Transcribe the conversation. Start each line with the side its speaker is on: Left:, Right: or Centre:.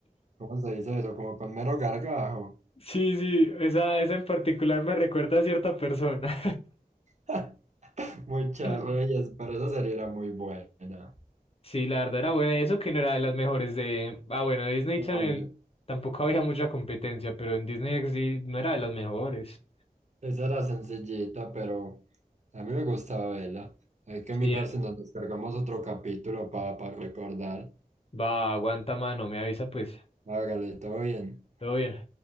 Right: ¿cómo se dice eso? Como con mero gargajo.
Left: Sí, sí, esa, esa en particular me recuerda a cierta persona.
Right: <laughs> Muchas
Left: Sí,
Right: gracias, pero esa serie era muy buena.
Left: la verdad era buena. Y eso que no era de las mejores de. Ah, bueno, de Disney
Right: No,
Left: Channel tampoco había mucha competencia, pero en Disney XD no era de las mejores.
Right: Esa era sencillita, pero a mí me gustaba verla. Hay que mirar
Left: Sí, eh,
Right: si nos descargamos otro capítulo para recordar.
Left: va, aguanta mano, me avisa pues.
Right: Hágale, todo bien.
Left: Todo bien.